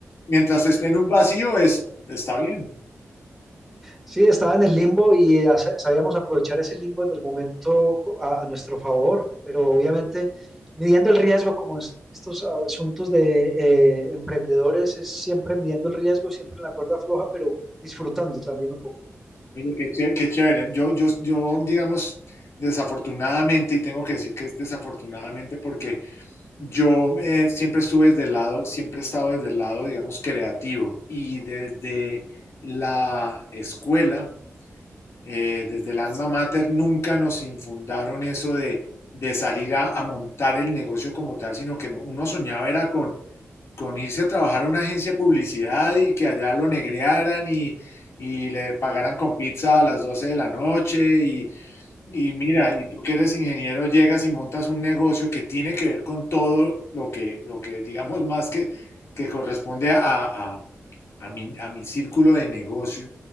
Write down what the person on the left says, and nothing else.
Mientras esté en un vacío, es, está bien.
Oye, qué chévere, qué chévere. Yo, yo, yo, digamos, desafortunadamente, y tengo que decir que es desafortunadamente porque Yo eh, siempre estuve desde el lado, siempre he estado desde el lado, digamos, creativo y desde la escuela, eh, desde el alma mater, nunca nos infundaron eso de, de salir a, a montar el negocio como tal, sino que no- uno soñaba era con, con irse a trabajar a una agencia de publicidad y que allá lo negrearan y, y le pagaran con pizza a las doce de la noche y mira, y tú que eres ingeniero, llegas y montas un negocio que tiene que ver con todo lo que, lo que digamos más que, que corresponde a, a- a mi, a mi círculo de negocio,